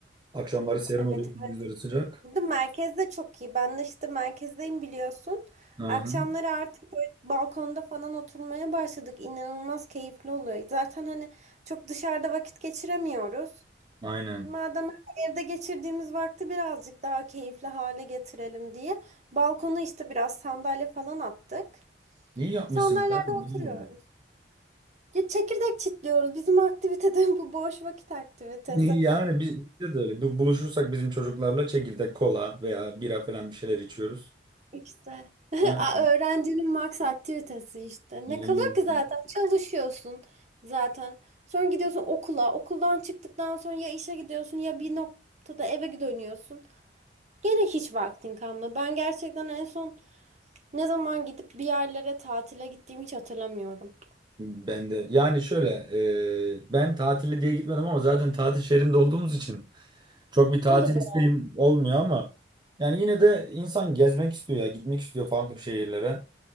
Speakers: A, on the right; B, on the right.
A: Akşamları
B: Oh,
A: serin
B: Evet
A: oluyor, gündüzleri
B: evet.
A: sıcak.
B: Burada merkez de çok iyi. Ben de işte merkezdeyim biliyorsun.
A: Hı
B: Akşamları
A: hı.
B: artık böyle balkonda falan oturmaya başladık. İnanılmaz keyifli oluyor. Zaten hani çok dışarıda vakit geçiremiyoruz.
A: Aynen.
B: Madem evde geçirdiğimiz vakti birazcık daha keyifli hale getirelim diye balkona işte biraz sandalye falan attık.
A: İyi yapmışsınız.
B: Sandalyelerde
A: Aynen.
B: oturuyoruz.
A: güzel olmuş.
B: Ya çekirdek çitliyoruz. Bizim aktivite de <laughs> bu boş vakit aktivitesi.
A: Yani biz, bizde de öyle. Bu- Buluşursak bizim çocuklarla çekirdek kola veya bira falan bir şeyler içiyoruz.
B: İşte <laughs>
A: Ha,
B: A- öğrencinin max aktivitesi işte.
A: yemin
B: Ne kalıyor
A: ederim.
B: ki zaten çalışıyorsun zaten. Sonra gidiyorsun okula. Okuldan çıktıktan sonra ya işe gidiyorsun ya bir noktada eve dönüyorsun. Gene hiç vaktin kalmıyor. Ben gerçekten en son ne zaman gidip bir yerlere tatile gittiğimi hiç hatırlamıyorum.
A: Ben de. Yani şöyle e, ben tatili diye gitmedim ama zaten tatil şehrinde olduğumuz için çok bir tatil
B: O da doğru.
A: isteğim olmuyor ama yani yine de insan gezmek istiyor ya gitmek istiyor farklı şehirlere.